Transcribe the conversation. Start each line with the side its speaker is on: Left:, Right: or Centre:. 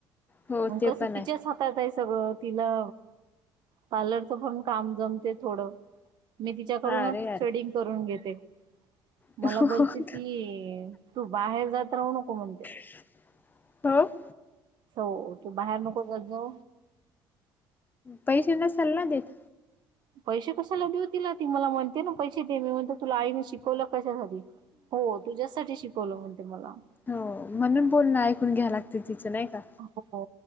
Left: हो
Right: अक
Left: ते
Right: चकीच्याात
Left: पण आहे
Right: ात आहे सगळं तिला पार्लरचं पण काम जमते थोडं मी तिच्याकडूनच
Left: अरे
Right: ट्रेडिंग करून घेते
Left: अरे
Right: मला बोलते ती तू बाहेर जात राहू नको म्हणते
Left: अछा हम
Right: हो तू बाहेर नको कर जाो
Left: पैसे नसाल ना देत
Right: पैसे कशाला देऊ त ना ती मला म्हणते ना पैसे दे मी म्हणत तुला आईने शिकवलं कशासाठी हो तुझ्यासाठी शिकवलं म्हणते मला
Left: हो म्हणून बोलणं ऐकून घ्या लागते तिचं नाही का
Right: हो